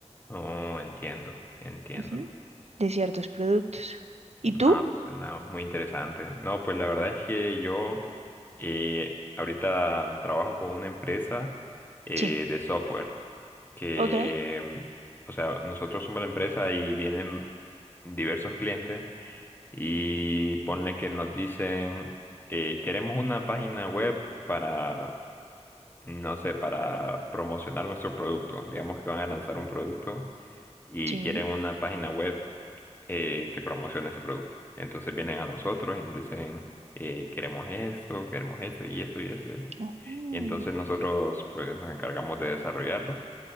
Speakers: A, on the left; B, on the right.
A: Oh, entiendo, entiendo.
B: ujú, de ciertos productos. ¿Y
A: No,
B: tú?
A: pues suena muy interesante. No, pues la verdad es que yo eh, ahorita trabajo con una empresa eh,
B: Sí.
A: de software que,
B: Ok.
A: mm, o sea, nosotros somos la empresa y vienen diversos clientes y ponle que nos dicen, eh, queremos una página web para, no sé, para promocionar nuestro producto. Digamos que van a lanzar un producto y
B: Sí.
A: quieren una página web eh, que promociona ese producto. Entonces vienen a nosotros y nos dicen, eh, queremos esto, queremos esto y esto y esto y esto.
B: Oh.
A: Y entonces nosotros pues nos encargamos de desarrollarlo